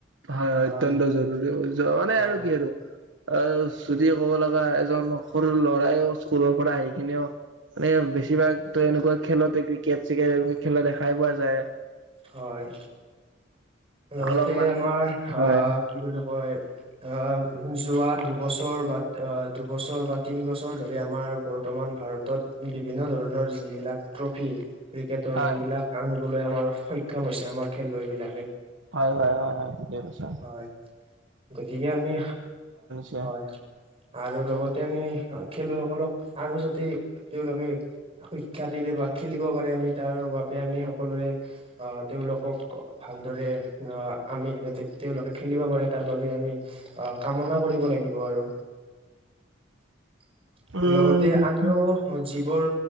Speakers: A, on the right; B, on the right.
A: হয়-
B: ভাল
A: হয় অত্যন্ত জৰুৰী মানে
B: হয়
A: আৰু কি আৰু অ', যদি ক'ব লগা এজন সৰু ল'ৰাইও স্কুলৰ পৰা আহি কিনেও মানে বেছিভাগ ত' এনেকুৱা খেলতে ক্ৰিকেট চিকেট এইবোৰ খেলা দেখাই পোৱা যায়।
B: হয় লগতে
A: অলপমান
B: আমাৰ হাহ
A: হয়।
B: কি বুলি কয় অহ, যোৱা দুবছৰ বা অ দুবছৰ বা তিনি বছৰ ধৰি আমাৰ বৰ বৰ্তমান ভাৰতত বিভিন্ন ধৰণৰ যিবিলাক ট্ৰফি ক্ৰিকেটৰ
A: হয়
B: সেইবিলাক আনিবলৈ আমাৰ সক্ষম হৈছে আমাৰ খেলুৱৈ বিলাকে।
A: হয়-হয়-হয়- হয় ঠিকে কৈছা
B: হয় গতিকে আমি
A: <unintelligible>
B: হয়, আৰু লগতে আমি খেলুৱৈসকলক আৰু যাতে তেওঁলোকে শিক্ষা দিলে বা খেলিব পাৰে আমি তাৰ বাবে আমি সকলোৱে অহ তেওঁলোকক ভালদৰে আমিতে তেওঁলোকে খেলিব পাৰে তাৰ বাবে আমি অহ কামনা কৰিব লাগিব আৰু <inaudible>
A: উম
B: লগতে আমিও যিবোৰ